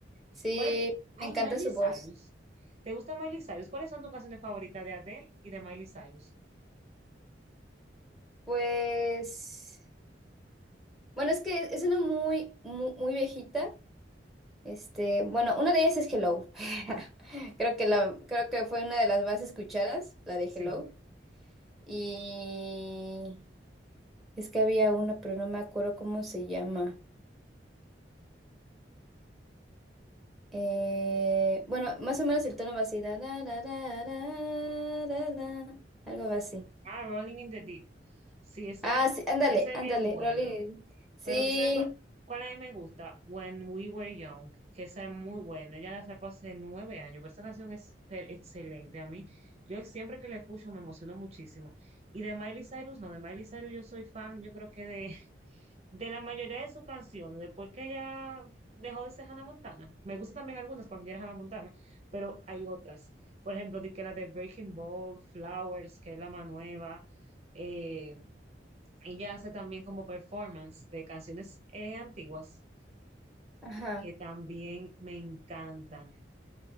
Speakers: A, in the centre; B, on the right.
A: Sí,
B: ¿Cuál es tu... Ay,
A: me encanta
B: Miley
A: su voz.
B: Cyrus. ¿Te gusta Miley Cyrus? ¿Cuáles son tus canciones favoritas de Adele y de Miley Cyrus?
A: Pues, bueno, es que es una muy, muy, muy viejita. Este, bueno, una de ellas es Hello. <laughs> Creo que la, creo que fue una de las más escuchadas, la de
B: Sí.
A: Hello. Y es que había una, pero no me acuerdo cómo se llama. Eh, bueno, más o menos el tono va así. da, da, da, da, da, da, da, algo va así.
B: Ah, Rolling in the Deep. Sí, esa,
A: Ah, sí, ándale,
B: esa es
A: ándale,
B: bien buena.
A: Rolly. Sí,
B: Pero tú sabes cuál, cuál a mí me gusta, When We Were Young, que esa es muy buena. Ella la sacó hace nueve años, pero esta canción es per- excelente. A mí, yo siempre que la escucho me emociono muchísimo. Y de Miley Cyrus, no, de Miley Cyrus yo soy fan, yo creo que de de la mayoría de sus canciones, después que ella dejó de ser Hannah Montana, me gustan también algunas cuando ella era Hannah Montana, pero hay otras. Por ejemplo, di que la de Breaking Ball, Flowers, que es la más nueva. eh, ella hace también como performance de canciones eh, antiguas
A: ajá.
B: que también me encantan.